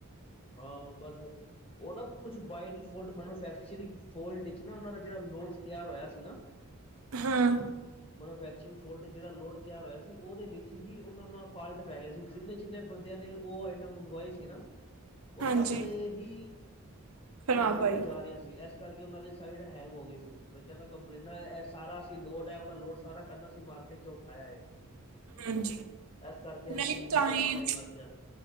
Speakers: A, on the left (about 25°); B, on the right (about 75°).
A: ਹਾਂ ਬਸ ਉਹ ਨਾ ਕੁਛ ਵੋ ਮੈਨਫੈਕਚਰਗ, ਫੋਲਟ ਵਿੱਚ ਨਾ ਦਾ ਜਿਹੜਾ, ਲੋਡ ਤਿਆਰ ਹੋਇਆ ਸੀ ਨਾ
B: ਹਾਂ।
A: ਮੈਨੂਫੈਕਚਰਿੰਗ ਫੋਲਟ, ਜਿਹੜਾ ਲੋਡ ਤਿਆਰ ਹੋਇਆ ਸੀ। ਉਹਦੇ ਵਿੱਚ ਹੀ, ਉਹਨਾਂ ਦਾ ਫਾਲਟ ਪੈ ਗਿਆ ਸੀ। ਜਿੰਨੇ-ਜਿੰਨੇ ਬੰਦਿਆਂ ਨੇ, ਉਹ ਆਈਟਮ ਮੰਗਵਾਏ ਸੀ ਨਾ ਉਹ
B: ਹਾਂਜੀ
A: ਸਭ ਤੇ ਹੀ,
B: ਖ਼ਰਾਬ
A: ਕੰਪਲੇਨਾਂ
B: ਆਈ
A: ਜਾ ਰਹੀਆਂ ਸੀ। ਇਸ ਕਰਕੇ, ਉਹਨਾਂ ਦੀ ਸਾਈਡ ਹੈਂਗ ਹੋ ਗਈ ਸੀ। ਬੈਂ ਕਹਿੰਦਾ ਕੰਪਲੇਨਾਂ ਇਹ ਸਾਰਾ, ਅਸੀਂ ਲੋਡ ਹੈ ਉਹਨਾ ਲੋਡ ਸਾਰਾ, ਕਹਿੰਦਾ ਅਸੀਂ ਮਾਰਕੀਟ ਉਠਾਇਆ ਹੈ।
B: ਹਾਂਜੀ।
A: ਇਸ ਕਰਕੇ, ਏਸ
B: ਨਹੀਂ
A: ਚੀਜ਼
B: ਤਾਂ
A: ਨੂੰ ਜ਼ਿਆਦਾ
B: ਹੀ
A: ਟਾਈਮ ਲੱਗ ਗਿਆ।